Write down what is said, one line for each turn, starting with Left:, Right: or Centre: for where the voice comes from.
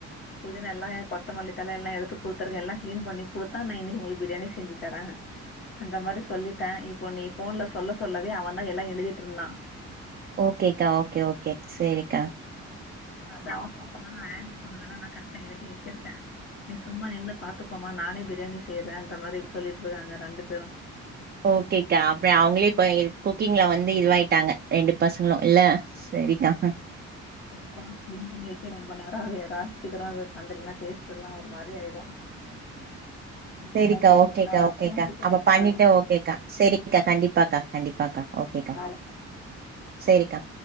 Left: புதினா எல்லா கொத்தமல்லித்தல எல்லா எடுத்து குடுத்துருக்க எல்லா கிளீன் பண்ணி கொடுத்தா நா இன்னிக்கு உங்களுக்கு பிரியாணி செஞ்சி தர அந்த மாரி சொல்லிட்டே இப்போ நீ போன்ல சொல்ல சொல்லவே அவன் தா எல்லா எழுதிட்டு இருந்தா
Right: ஓகேக்கா ஓகே ஓகே செரிக்கா
Left: அதா அவ சொல்றா ஆண்டி சொன்னதெல்லா நா கரெக்டா எழுதி வெச்சிருக்கே நீ சும்மா நின்னு பாத்துக்கோமா நானே பிரியாணி செய்யறேன்ற மாரி சொல்லிட்டு இருக்காங்க ரெண்டு பேரும்
Right: ஓகேக்கா அப்ப அவங்களே இப்ப குக்கிங்ல வந்து இதுவாயிட்டாங்க ரெண்டு பசங்களு இல்ல செரிக்கா
Left: செரிப்பா கிளீன் பண்ணி வெச்சி ரொம்ப நேரோ அவுது எறா சீக்கிர அது பண்லனா டேஸ்ட் எல்லா ஒரு மாரி ஆயிடு சரிங்களா
Right: செரிக்கா
Left: சரி
Right: ஓகேக்கா
Left: நா
Right: ஓகேக்கா
Left: சேந்துட்டு
Right: அப்ப
Left: எடுத்துட்டு
Right: பண்ணிட்டு
Left: வரே
Right: ஓ க்கா செரிக்கா கண்டிப்பாக்கா கண்டிப்பாக்கா
Left: ஓகே
Right: ஓகேக்கா
Left: பாய்ப்பா
Right: செரிக்கா